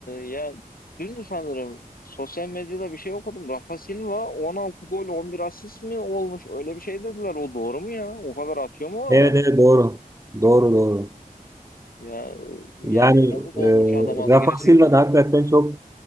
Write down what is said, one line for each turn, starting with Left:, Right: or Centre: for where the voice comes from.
Left: ya dün sanırım sosyal medyada bir şey okudum. Rafa Silva 16 gol 11 asist mi olmuş? Öyle bir şey dediler. O doğru mu ya? O kadar atıyor mu o
Right: Evet
Left: adam?
Right: evet doğru. Doğru doğru.
Left: Ya yani
Right: Yani
Left: yazık olmuş
Right: e,
Left: adama
Right: Rafa
Left: da gerçekten.
Right: Silva da hakikaten çok